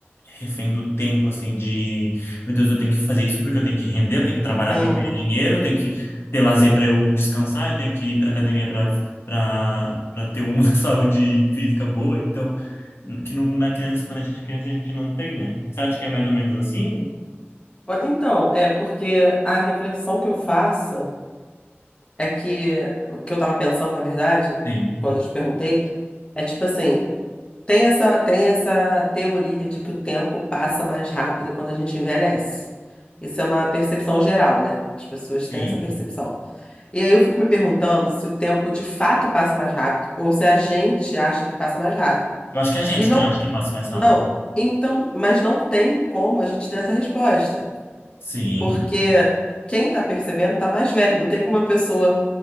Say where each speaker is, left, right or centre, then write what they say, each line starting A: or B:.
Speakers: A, on the left; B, on the left.
A: refém do tempo, assim, de, meu Deus, eu tenho que fazer isso porque eu tenho que render, eu tenho que trabalhar
B: sim.
A: para eu ganhar dinheiro, eu tenho que ter lazer para eu descansar, eu tenho que ir para academia para para para ter uma <laughs> saúde física boa, então que no- na criança, quando a gente é criança, a gente não tem, né? Você acha que é mais ou menos assim?
B: Ó, Então, é porque a reflexão que eu faço. É que o que eu tava pensando, na verdade,
A: Sim,
B: quando eu te perguntei, é tipo assim, tem essa, tem essa teoria de que o tempo passa mais rápido quando a gente envelhece. Isso é uma percepção geral, né? As pessoas
A: sim.
B: têm essa percepção. E aí eu fico me perguntando se o tempo de fato passa mais rápido ou se a gente acha que passa mais rápido.
A: Eu acho que é a gente
B: E não,
A: que acha que passa mais rápido.
B: não. Então, mas não tem como a gente ter essa resposta,
A: Sim,
B: porque quem tá percebendo tá mais velho. Não tem como uma pessoa